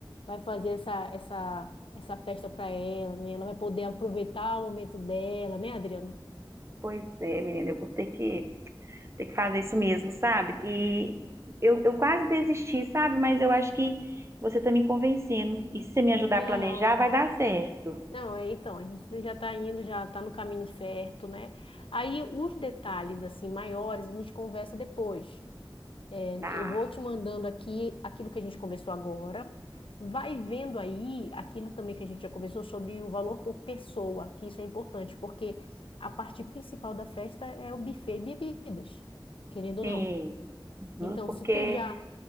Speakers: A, on the left; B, on the right.
A: Vai fazer essa, essa, essa festa pra ela, né? Ela vai poder aproveitar o momento dela, né, Adriana?
B: Pois é, menina, eu vou ter que Tem que fazer isso mesmo, sabe? E eu, eu quase desisti, sabe? Mas eu acho que você tá me convencendo. E se você me ajudar
A: Não.
B: a planejar, vai dar certo.
A: Não, é, então, a gente já está indo, já está no caminho certo, né? Aí os detalhes, assim, maiores, a gente conversa depois. É,
B: Tá.
A: eu vou te mandando aqui aquilo que a gente conversou agora. Vai vendo aí aquilo também que a gente já conversou sobre o valor por pessoa, que isso é importante, porque a parte principal da festa é o buffet e bebidas, querendo
B: Sim.
A: ou não.
B: Uhum,
A: Então,
B: porque
A: se tu já...